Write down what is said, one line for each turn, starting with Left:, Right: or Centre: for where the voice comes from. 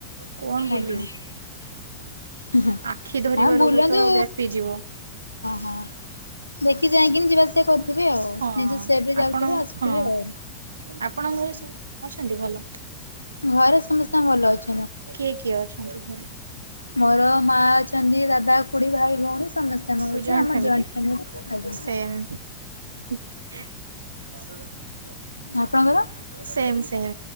Right: କଣ ବୁଲିବୁ
Left: ଆଜ୍ଞା।
Right: ଆଖି ଧରିବା
Left: ଆଁ ବୁଲନ୍ତୁ
Right: ରୋଗ ତ ବ୍ୟାପିଯିବ।
Left: ହ। ଦେଖି ଚାହିଁକିନି ଯିବା ଆସିବା କରୁଥିବେ ଆଉ
Right: ହଁ
Left: ନିଜ ସେଫ ରେ ଯାଉଥିବେ
Right: ଆପଣ
Left: ଆସୁଥିବେ
Right: ହଁ
Left: ଆଉ।
Right: ଆପଣଙ୍କ ଘରେ ସବୁ ଅଛନ୍ତି ଭଲ?
Left: ଘରେ ସମସ୍ତେ ଭଲ ଅଛ
Right: କିଏ କିଏ ଅଛନ୍ତି ଘରେ?
Left: ମୋର ମା ଛନ୍ତି ଦାଦା, ଖୁଡ଼ୀ, ଭାଇ, ଭଉଣୀ ସମସ୍ତେ ଆମେ
Right: ସବୁ
Left: ଅଛୁ ଆମର
Right: ଫ୍ୟାମିଲି
Left: ଜଏଣ୍ଟ ଫ୍ୟାମିଲି
Right: ସେମ୍। <unintelligible>
Left: ଆପଣଙ୍କର?
Right: ସେମ ସେମ